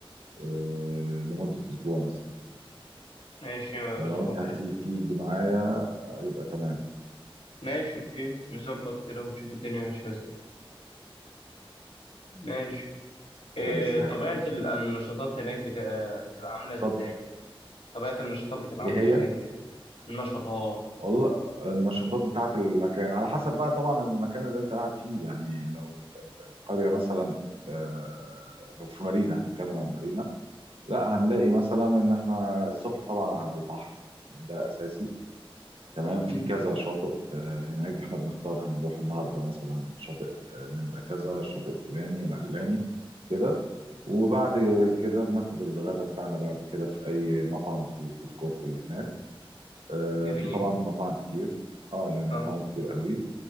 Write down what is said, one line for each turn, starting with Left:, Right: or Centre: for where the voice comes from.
Right: آه، لمدة أسبوع مثلا
Left: ماشي يا
Right: فلو
Left: اسبوع
Right: أنت هتيجي
Left: حلو
Right: تيجي معايا آه، يبقى تمام
Left: ماشي اوكي نظبط كده ونشوف الدنيا ماشيه ازاي ماشي إيه
Right: ده للساحل
Left: طبيعه ال- النشاطات هناك بت- بتبقى عامله
Right: اتفضل
Left: ازاي مثلا طبيعه النشاطات بتبقى عامله
Right: إيه هي؟
Left: ازاي هناك نشاطات
Right: والله النشاطات بتاعة المكان على حسب بقى طبعا المكان اللي أنت قاعد فيه يعني لو ال- ال- القرية مثلا آه، لو في مارينا هنتكلم على مارينا لا هنلاقي مثلا إن إحنا الصبح طبعا على البحر وده أساسي تمام في
Left: مم.
Right: كذا شاطئ آه، هناك احنا بنختار هنروح النهارده مثلا الشاطئ آه، نمره كذا الشاطئ الفلاني العلاني كده وبعد كده بناخد الغداء بتاعنا بعد كده في اي مطعم في الفود كورت اللي هناك آه،
Left: جميل
Right: في طبعا مطاعم كتير اه يعني
Left: اه
Right: مطاعم كتير قوي